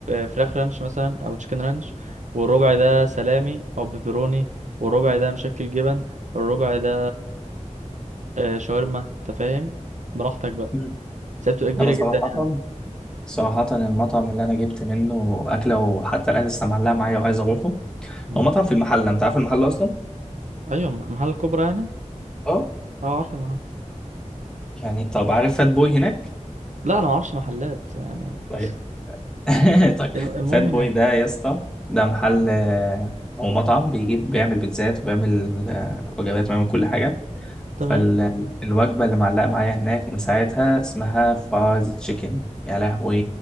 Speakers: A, on the right; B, in the centre.
A: فراخ رانش مثلا او تشيكن رانش والربع ده سلامي او بيبروني والربع ده مشكل جبن الربع ده آه، شاورما انت فاهم براحتك بقى
B: مم.
A: بس هي بتبقى كبيره
B: انا صراحة
A: جدا يعني
B: صراحة المطعم اللي انا جبت منه اكلة وحتى الان لسه معلقة معايا وعايز اروحه
A: مم.
B: هو مطعم في المحلة انت عارف المحلة اصلا
A: ايوه الم- المحل الكبرى يعني
B: اه
A: اه عارف المحل
B: يعني طب عارف فات بوي هناك
A: لا انا ما اعرفش محلات يعني <laughs>
B: طيب
A: بس
B: <laughs> طيب
A: الم- المهم
B: فات بوي
A: يعني
B: ده يا اسطى ده محل آه، هو مطعم بيجيب بيعمل بيتزات وبيعمل آه، وجبات وبيعمل كل حاجة
A: تمام
B: فالوجبة اللي معلقة معايا هناك من ساعتها اسمها فرايز تشيكن يا لهوي